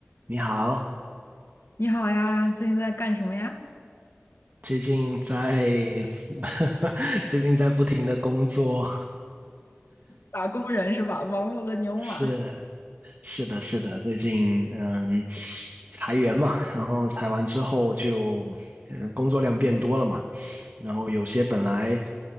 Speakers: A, on the right; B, on the left.
A: 你好，
B: 你好呀，最近在干什么呀？
A: 最近在 <laughs> 最近在不停的工作，
B: 打工人是吧？忙碌的牛马，
A: <laughs> 是是的，是的，最近嗯裁员嘛，然后裁完之后就呃工作量变多了嘛，然后有些本来